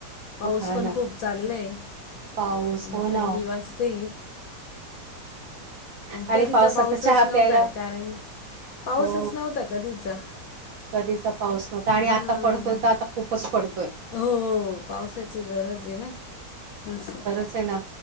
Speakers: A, on the left; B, on the right.
A: पाऊस
B: हा
A: पण
B: ना
A: खूप चाललयं.
B: पाऊस
A: अ
B: हो ना
A: थंडी
B: हो.
A: वास्ते.
B: आणि
A: कधीचा
B: पावसाचा
A: पाऊसच
B: चहा
A: नव्हताय
B: प्यायला
A: कारण पाऊसच
B: हो
A: नव्हता कधीचा
B: कधीचा पाऊस नव्हता आणि
A: हा.
B: आता पडतोय तर आता खूपच पडतोय.
A: हो पावसाची गरज आहे ना असं.
B: चला